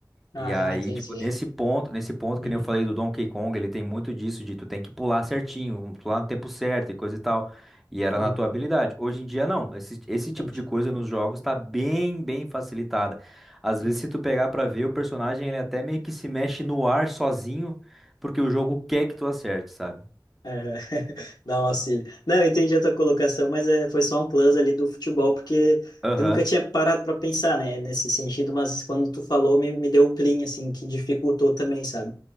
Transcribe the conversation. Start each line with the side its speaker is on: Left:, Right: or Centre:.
Left: Ah,
Centre: E aí,
Left: entendi.
Centre: tipo, nesse ponto, nesse ponto,
Left: Uhum.
Centre: que nem eu falei do Donkey Kong, ele tem muito disso, de tu tem que pular certinho, um, pular no tempo certo e coisa e tal. E era
Left: Uhum.
Centre: na tua habilidade. Hoje em dia, não. Esse, esse tipo
Left: Entendi.
Centre: de coisa nos jogos tá bem, bem facilitada. Às
Left: Uhum.
Centre: vezes, se tu pegar pra ver, o personagem, ele até meio que se mexe no ar sozinho, porque o jogo quer que tu acerte, sabe?
Left: Aham. <laughs> Dá um auxílio. Não, eu entendi a tua colocação, mas é, foi só um plus ali do futebol, porque
Centre: Aham.
Left: eu nunca tinha parado para pensar, né, nesse sentido, mas quando tu falou, me, me deu o clean, assim, que dificultou também, sabe?